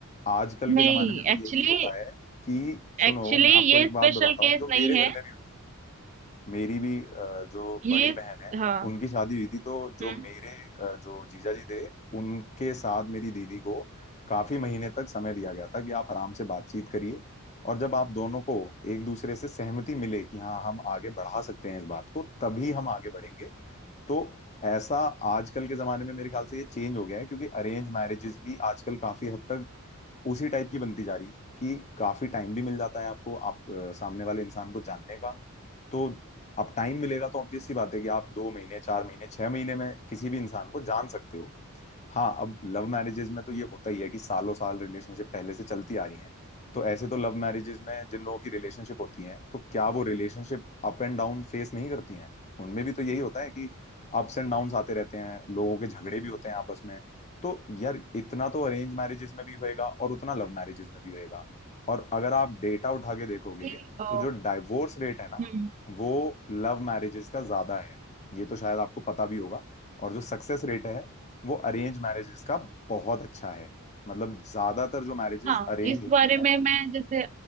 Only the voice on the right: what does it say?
नहीं
एक्चुअली
एक्चुअली
ये
स्पेशल
केस
नहीं
है
ये
हाँ
हम्म
अभी, अ,
हम्म
हाँ
इस
बारे
में मैं जैसे